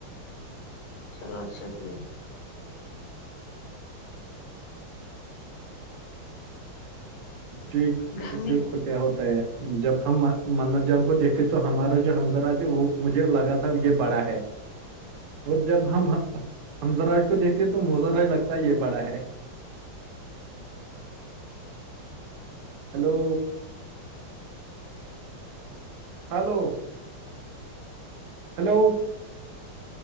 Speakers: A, on the left; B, on the right.
A: چلو اچھا کیا
B: جی
A: گرمی
B: دیکھو کیا ہوتا جب ہم ماما جان کو دیکھتے تو ہمارا جو حمزراج وہ مجھے لگا تھا یے بڑا ہے
A: <inaudible>
B: وہ جب ہم ہممزراج کو دیکھتے تو مجھ لگتا ہے یے بڑا ہے ہیلو ہلو ہلو